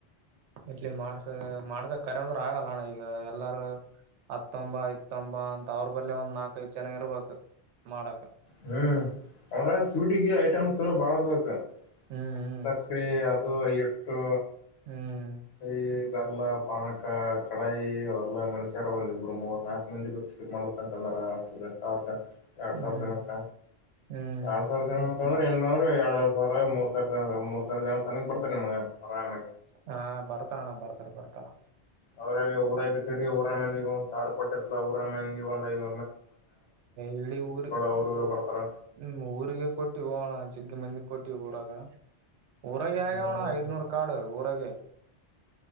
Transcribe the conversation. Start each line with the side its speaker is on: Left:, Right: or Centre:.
Right: ಇಲಿ ಮಾಡ ಹೇ ಮಾಡುಸಾಕ ಕರೆ ಆಗಲ್ಲಣ್ಣ ಈಗ ಎಲ್ಲರೂ <unintelligible> ಇ ತಂಬಾ ಇತಂಬಾ ಅಂತ ಅವ್ರ ಲ್ಲೇ ಒಂದ್ ನಾಕೈದು ಜನ ಇರ್ಬೇಕಕ್ ಮಾಡಕ್
Left: ಹ್ಮ್ ಅವ್ರ ಸೂಟಿಗೆ ಟಮ್ಸ್ ಬಾಳ ಬ
Right: ಹ್ಮ್ ಹ್ಮ್
Left: ಸಕ್ರಿಯ ಅಬ ಐ ಎಟ್ಟು
Right: ಹ್ಮ್
Left: ಐ ಇಲ್ಲ ಪಾನಕ ಕಡಾಯಿ ಅವರೆಲ್ಲ ಮನುಷ್ಯರ ಒಂದಿಬ್ಬರು ಮೂರ್ ನಾಲ್ಕು ಮಂದಿ ಬಕ್ಸಕ್ ಮಾಡ್ಬೇಕ ಅಂತಂದ್ರ ಅಷ್ಟಷ್ಟರು ಜನ ಎರಡ್
Right: ಹ್ಮ್
Left: ಸಾವಿರ ಜನಕ್ಕ
Right: ಹ್ಮ್
Left: ಎರಡ್ ಸಾವಿರ ಜನ ಅಂತ ಸ್ರ ಎಡ್ನ್ರರ ಎರಡ್ವರ್ ಸಾವಿರ ಮೂರ್ ಸಾವರ ಮೂರ್ ಸಾವಿರ ಜನ ತನಕ್ ಬರ್ತಾರೆ ನಿಮ್ಗ ಆರಾಮಿ
Right: ಹಾ ಬರ್ತಾರಣ ಬರ್ತಾರ ಬರ್ತಾರ
Left: ಅವ್ರಾಗ ಊರಾಗ ಇಟ್ಟಿರಿ ಊರನ ಮಂದಿ ಒ ಕಡ್ಟ್ಟಿರ್ತಲಾ ಊರ ಮಂದಿ ಒಂದ ಐದು
Right: ಇಡೀ ಊರಿಗೆ
Left: ಅವ್ರು ಇವ್ರು ಬರ್ತಾರ
Right: ಹ್ಮ ಊರಿಗೆ ಕೊಟ್ಟು ಹೋಣ ಸಿಗ್ಗಿ ಮಂದಿ ಕೊಟ್ಟಿವ ಊರಾಗ ಊರಗೆ ಆಗೋಣ
Left: ಹ್ಮ್
Right: ಐದ್ನೂರ್ ಕಾಡು ಊರಗೆ